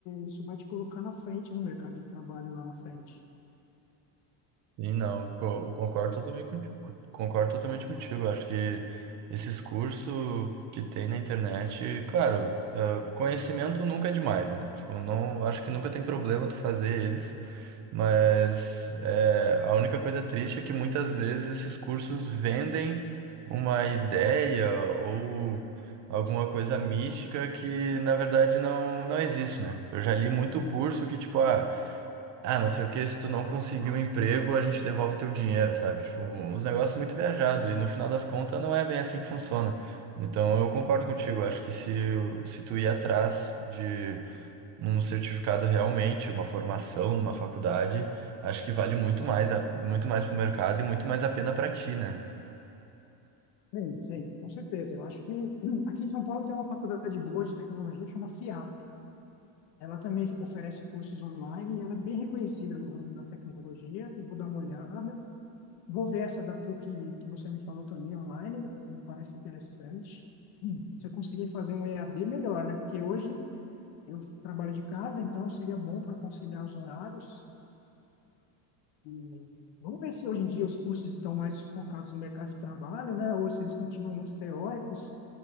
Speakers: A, on the left; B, on the right.
A: isso vai te colocar na frente no mercado de trabalho lá na frente.
B: e não, co- concordo totalmente contigo, concordo totalmente contigo. Acho que esses cursos que tem na internet, claro, ah, conhecimento nunca é demais, né? Tipo, não, acho que nunca tem problema tu fazer eles, mas é, a única coisa triste é que muitas vezes esses cursos vendem uma ideia ou alguma coisa mística que na verdade não, não existe, né? Eu já li muito curso que, tipo, ah, Ah, não sei o que, se tu não conseguir um emprego, a gente devolve teu dinheiro, sabe? Tipo, uns negócios muito viajados. E no final das contas, não é bem assim que funciona. Então, eu concordo contigo. Acho que se, o- se tu ir atrás de um certificado realmente, uma formação numa faculdade, acho que vale muito mais, a- muito mais pro mercado e muito mais a pena pra ti, né?
A: Sim, sim, com certeza. Eu acho que <clears throat> aqui em São Paulo tem uma faculdade boa de tecnologia, chama FIAP. Ela também oferece cursos online e ela é bem reconhecida no ramo da tecnologia. Eu vou dar uma olhada. Vou ver essa da PUC que você me falou também online, me parece interessante. Hum, Se eu conseguir fazer um EAD, melhor, né? Porque hoje eu trabalho de casa, então seria bom para conciliar os horários. E vamos ver se hoje em dia os cursos estão mais focados no mercado de trabalho, né? Ou se eles continuam muito teóricos.